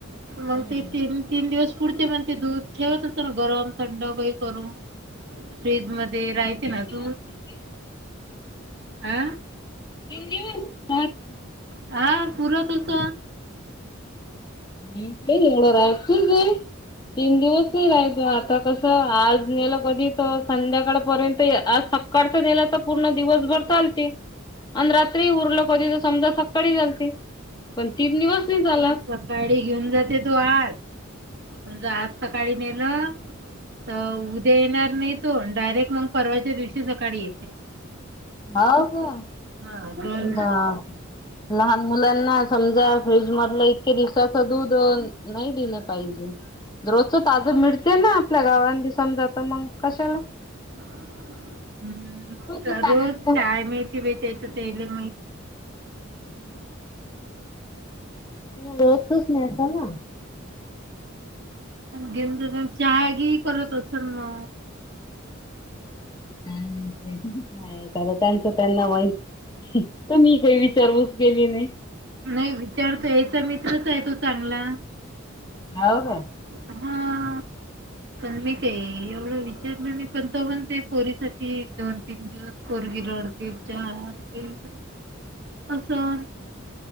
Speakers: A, on the right; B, on the left.
A: मग
B: बापरे
A: ते तीन तीन दिवस पुढते म्हण ते दूध ठेवत असत ना गरम थंड काही करून. फ्रीज मध्ये राहते
B: तीन
A: ना
B: दिवस
A: तू
B: पुरते
A: अ
B: <unintelligible>
A: हा पुर तस
B: म ते एवढं राहायचंच तीन दिवस नाही राहायचो आता कस आज नेलं कधी तर संध्याकाळपर्यंत आज सकाळच गेला तर पूर्ण दिवसभर चालते आणि रात्री उरल कध तर समजा सकाळी चालते पण तीन दिवस नाही चालात.
A: गाडी घेऊन जाते तो आज तमज आज सकाळी नेलं तर उद्या येणार नाही तो डायरेक्ट मग परवाच्या दिवशी सकाळी येते.
B: हो का
A: हा दोन
B: ब लहान मुलांना समजा फ्रीज मधलं इतक्या दिवसाचं दूध, नाही दिलं पाहिजे. रोजचं ताजं मिळते ना आपल्या गावा समजा तर मग कशाला,
A: हम्म
B: रोजच
A: तरोज
B: आणायचं
A: काय माहिती भ त्याच तेले माहित.
B: हम्म! हो तच नाहीता ना.
A: घेऊ चहागी करत असेल ना
B: का मा काय त्यांचं त्यांना माहि तर मी काही विचारवूस केली नाही.
A: नाही विचारत याचा मित्रच आहे तो चांगला.
B: ह का.
A: हा. पण मी काही एवढं विचारलं नाही पण तो पण ते पोरीसाठी दोन तीन दिवस पोरी गिरडते च असं